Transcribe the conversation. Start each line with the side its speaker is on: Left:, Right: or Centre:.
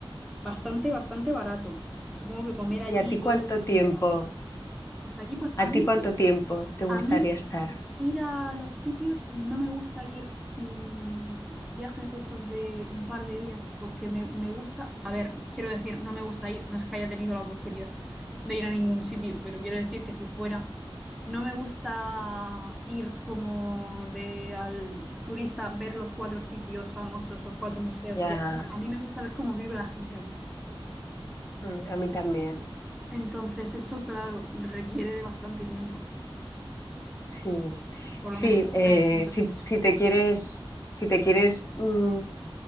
Centre: bastante, bastante barato. Y supongo que comer allí
Left: ¿Y a ti
Centre: y
Left: cuánto
Centre: todo eso también
Left: tiempo?
Centre: será barato. Pues allí, pues
Left: ¿A
Centre: a mí,
Left: ti
Centre: es
Left: cuánto
Centre: que-
Left: tiempo te
Centre: a
Left: gustaría
Centre: mí
Left: estar?
Centre: Ir a los sitios, no me gusta ir mm, viajes de estos de un par de días, porque me, me gusta, a ver, quiero decir, no me gusta ir, no es que haya tenido la oportunidad de ir a ningún sitio, pero quiero decir que si fuera, no me gusta ir como de al turista, ver los cuatro sitios famosos, los cuatro museos
Left: ya.
Centre: y ya está. A mí me gusta ver cómo vive la gente allí.
Left: Mm, A mí también.
Centre: Entonces, eso, claro, requiere de bastante tiempo,
Left: Sí,
Centre: por
Left: sí,
Centre: lo menos un
Left: eh,
Centre: mes, como te
Left: si,
Centre: has dicho.
Left: si te quieres, si te quieres mm,